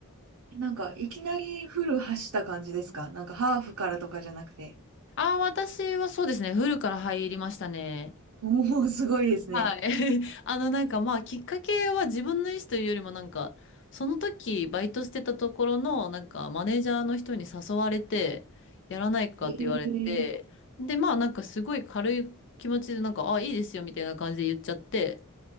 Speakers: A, on the right (about 70°); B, on the left (about 55°).
A: なんか、いきなりフル走った感じですかなんか、ハーフからとかじゃなくて。
B: ああ、私はそうですね、フルから入りましたね。
A: おお、すごいですね。
B: はい。<laughs> あの、なんかまあ、きっかけは自分の意思というよりも、なんか、その時、バイトしてたところの、なんか、マネージャーの人に誘われて、やらないかって言われて、
A: へえ。
B: で、まあ、なんか、すごい軽い気持ちで、なんか、ああ、いいですよ、みたいな感じで言っちゃって、